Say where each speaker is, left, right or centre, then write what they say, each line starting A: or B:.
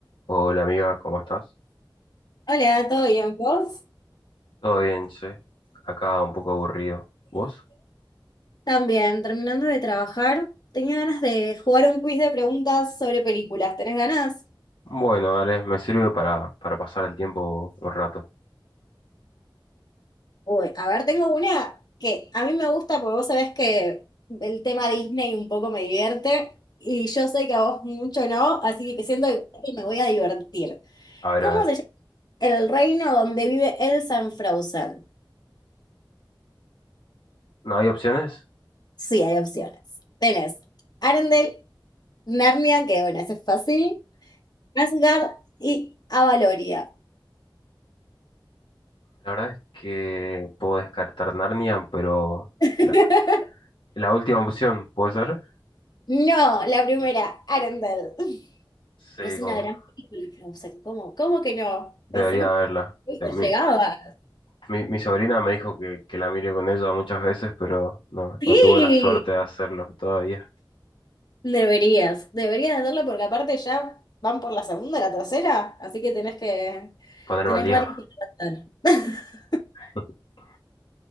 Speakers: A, on the left; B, on the left.
A: Hola amiga, ¿cómo estás?
B: Hola, ¿todo bien? ¿Vos?
A: Todo bien, che. Acá un poco aburrido. ¿Vos?
B: También, terminando de trabajar, tenía ganas de jugar un quiz de preguntas sobre películas. ¿Tenés ganas?
A: Bueno, dale, me sirve para, para pasar el tiempo un rato.
B: Uy, a ver, tengo una que a mí me gusta porque vos sabés que el tema Disney un poco me divierte y yo sé que a vos mucho no, así que siento que me voy a divertir.
A: A ver,
B: ¿Cómo
A: a ver.
B: se llama el reino donde vive Elsa en Frozen?
A: ¿No hay opciones?
B: Sí, hay opciones. Tenés Arendelle, Narnia, que bueno, ese es fácil, Asgard y Avaloria.
A: La verdad es que puedo descartar Narnia, pero
B: <laughs>
A: la, la última opción, ¿puede ser?
B: No, la primera,
A: Uf,
B: Arendelle. <laughs>
A: Sí,
B: Es una
A: como
B: gran película, Frozen. ¿Cómo? ¿Cómo que no?
A: debería
B: Pensé que
A: haberla.
B: esto
A: Eh, Mi,
B: llegaba.
A: mi- mi sobrina me dijo que, que la mire con ella muchas veces, pero no,
B: Sí,
A: no tuve la suerte de hacerlo todavía.
B: deberías, deberías hacerlo porque aparte ya van por la segunda, la tercera, así que tenés que,
A: Ponerme
B: tenés
A: al día.
B: varios que tratar. <laughs>
A: <laughs>